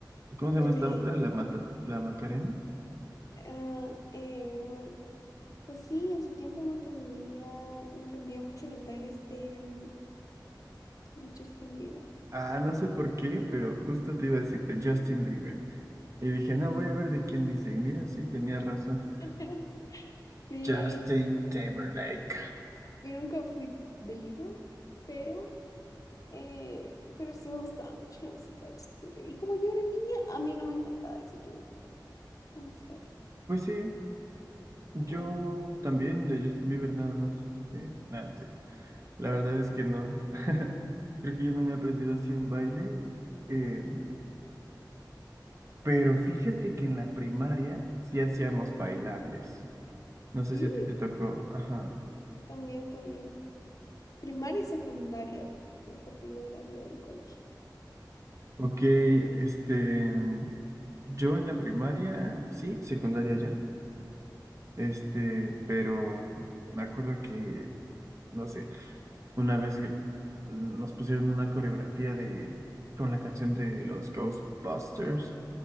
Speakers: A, on the right; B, on the left.
A: ¿Cómo se
B: El
A: llama esta
B: merengue,
A: otra? La mata, la Macarena.
B: ah, eh, pues sí, en su tiempo me aprendía, me aprendía mucho los bailes de, mm, de Justin Bieber.
A: Ah, no sé por qué, pero justo te iba a decirte Justin Bieber. Y dije, no, voy a ver de quién dice. Y mira, sí, tenía razón.
B: <laughs> Sí,
A: Justin Timberlake.
B: yo nunca fui believer, pero Eh, pero sí me gustaba mucho la música de Justin Bieber. Y como yo era niña, a mí no me importaba decir que me encantaba la música de él.
A: Pues sí, yo
B: Ajá.
A: también de Justin Bieber nada más. Este, nada, no es cierto. La verdad es que no. <laughs> Creo que yo no me he aprendido así un baile. em, Pero fíjate que en la primaria sí hacíamos bailables. No sé
B: Sí,
A: si a ti te tocó. Ajá.
B: y también, también. Primaria y secundaria, pues, hasta que me gradué del colegio.
A: Ok, este. Yo en la primaria, sí, secundaria ya no. Este, pero me acuerdo que, no sé, una vez gr- nos pusieron una coreografía de, con la canción de los Ghostbusters,